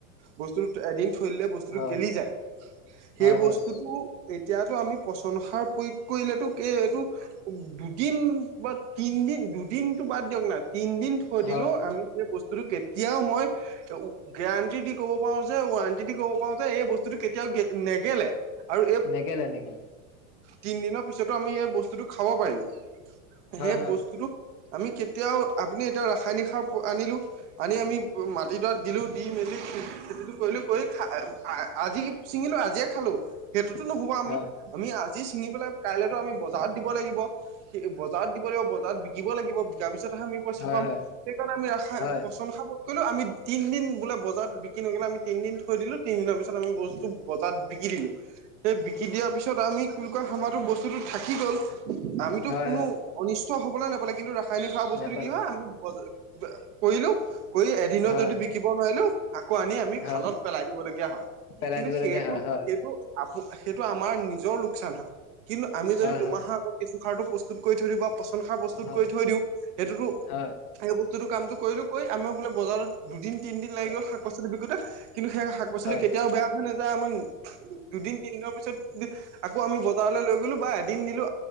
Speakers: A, on the right (about 55°); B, on the left (about 80°).
A: বস্তু এদিন থৈ দিলে বস্তুটো
B: হয়
A: গেলি যায় সেই
B: হয়
A: বস্তুটো
B: হয়
A: এতিয়াতো আমি পচন সাৰ প্ৰয়োগ কৰিলেতো এইটো দুদিন বা তিনদিন দুদিনতটো বাদ দিয়ক না তিনদিন থৈ
B: হয়
A: দিলেও আমি বস্তুটো কেতিয়াও মই গেৰাণ্টি দি ক'ব পাৰো যে ৱাৰেণ্টি দি ক'ব পাৰো যে এই বস্তুটো কেতিয়াও নেগেলে আৰু
B: নেগেলে নেগেলে
A: তিন দিনৰ পিছতো আমি এই বস্তুটো খাব পাৰিম
B: হয়
A: সেই
B: হয়
A: বস্তুটো আমি কেতিয়াও আপুনি এতিয়া ৰাসায়নিক সাৰ আনিলো আনি আমি মাটিডৰা দিলো দি মেলি খেতিটো কৰিলো কৰি আজি ছিঙিলো আজিয়ে খালো সেইটো নুহো আমি
B: হয়
A: আমি আজি চিঙি কাইলেতো আমি বজাৰ বজাৰত দিব লাগিব সেই বজাৰত দিব লাগিব বজাৰত বিকিব লাগিব বিকাৰ পিছত আমি পইচা
B: হয়
A: পাম
B: হয়
A: সেইকাৰণে আমি ৰাসা
B: হয়
A: পচন সাৰ কি কৰিলো আমি তিনদিন বোলে বজাৰত বিকি নগলে আমি তিনদিন থৈ দিলো তিনি দিনৰ পিছত আমি বস্তু বজাৰত বিকি দিলো সেই বিকি দিয়াৰ পিছত আমি কি বুলি কয় আমাৰটো বস্তুটো থাকি গ'ল আমিতো
B: হয়
A: কোনো
B: হয়
A: অনিস্ত হ'বলৈ নাপালে কিন্তু ৰাসায়নিক সাৰ বস্তু
B: নেপালে
A: কি হয় আমি বজা কৰিলো কৰি এদিনত
B: হয়
A: যদি বিকিব নোৱাৰিলো আকৌ আনি আমি
B: হয়
A: খালত পেলাই দিবলগীয়া হয়
B: পেলাই
A: কিন্তু
B: দিবলগীয়া
A: সেইটো
B: হয় হয়
A: সেইটো আপ সেইটো আমাৰ নিজৰ লোকচান হয় কিন্তু আমি
B: হয়
A: যদি দুমাহৰ
B: হয়
A: আগত কিছু খাৰটো প্ৰস্তুত কৰি থৈ দিব পচন সাৰ প্ৰস্তুত
B: হয়
A: কৰি থৈ দিওঁ সেইটোতো
B: হয়
A: সেই ব তটো কামটো কৰিলো কৈ আমাৰ বোলে বজাৰত দুদিন তিনদিন লাগি
B: হয়
A: গ'ল শাক পাচলি বিকোতে কিন্তু সেই শাক পাচলি
B: হয়
A: কেতিয়াও বেয়া হৈ নাযায় আমাৰ দুদিন দুদিনৰ পিছত আকৌ আমি বজাৰলৈ লৈ গলো বা এদিন নিলো